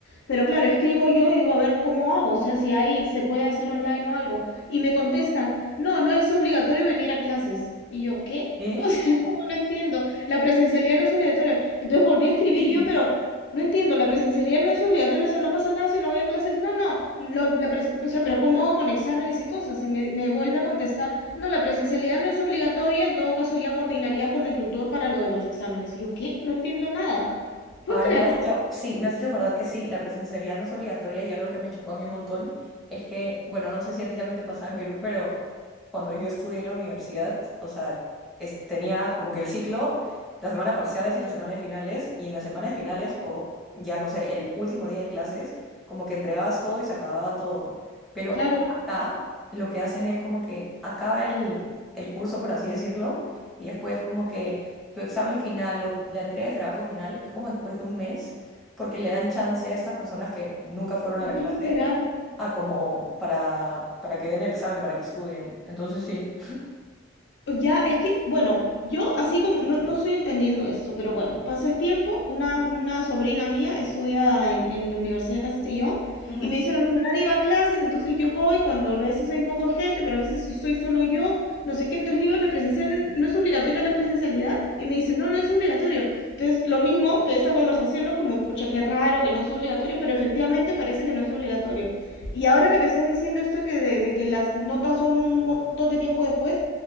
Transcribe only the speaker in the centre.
¿Sí?
Sí,
Ahora
me has hecho, sí, me has hecho acordar que sí, la presencialidad no es obligatoria y algo que me chocó a mí un montón es que, bueno, no sé si a ti también te pasaba en Perú, pero cuando yo estudié en la universidad, o sea, es- tenía como que el ciclo, la semana de parciales y la semana de finales, y en la semana
de finales, o ya no sé, el último día de clases, como que entregabas todo y se acababa todo. Pero
acá lo que hacen es como que acaba el, el curso, por así decirlo, y después como que tu examen final o la entrega del trabajo final es como después de un mes, porque le dan chance a estas personas que nunca fueron a la
clase a como para, para que den el examen, para que estudien. Entonces sí.
Ujú.